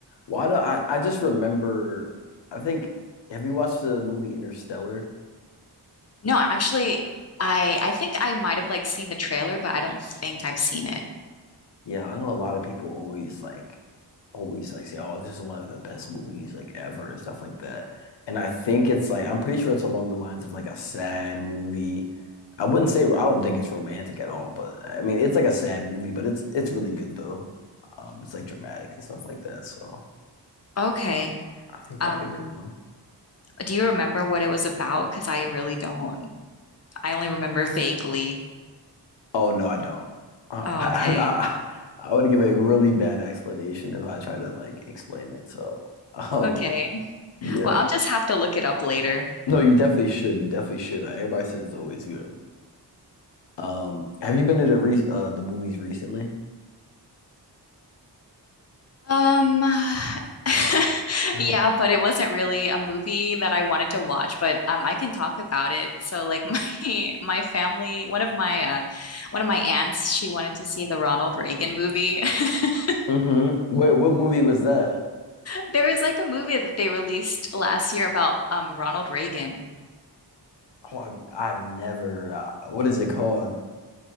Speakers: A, on the left; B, on the left.
A: Why do I? I just remember. I think. Have you watched the movie Interstellar?
B: No, actually, I I think I might have like seen the trailer, but I don't think I've seen it.
A: Yeah, I know a lot of people always like always like say, "Oh, this is one of the best movies like ever" and stuff like that. And I think it's like I'm pretty sure it's along the lines of like a sad movie. I wouldn't say I don't think it's romantic at all, but I mean it's like a sad movie, but it's it's really good though. Um, it's like dramatic and stuff like that. So
B: Okay.
A: I think that'd
B: Um,
A: be a good one.
B: do you remember what it was about? Because I really don't. I only remember vaguely.
A: Oh no, I don't. Uh,
B: Oh,
A: I,
B: okay.
A: I, I I would give a really bad explanation if I tried to like explain it. So <laughs> um,
B: Okay.
A: yeah.
B: Well, I'll just have to look it up later.
A: No, you definitely should. You definitely should. Uh, everybody says it's always good. Um, have you been to the re uh the movies recently?
B: Um, <laughs>
A: <laughs>
B: yeah, but it wasn't really a movie that I wanted to watch, but um, I can talk about it. So, like my <laughs> my family, one of my uh, one of my aunts, she wanted to see the Ronald Reagan movie. <laughs>
A: Uh hmm Wait, what movie was that?
B: There is like a movie that they released last year about um Ronald Reagan.
A: Oh, I've, I've never. Uh, what is it called? <laughs>